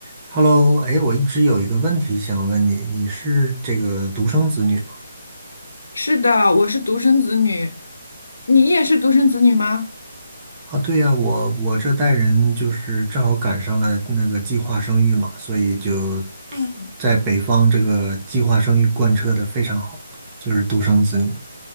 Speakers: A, on the right; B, on the left.
A: Hello，哎，我一直有一个问题想问你，你是这个独生子女吗？
B: 是的，我是独生子女，你也是独生子女吗？
A: 啊，对呀，我我这代人就是正好赶上了那个计划生育嘛，所以就
B: 嗯，
A: 在北方这个计划生育贯彻的非常好，就是独生子女。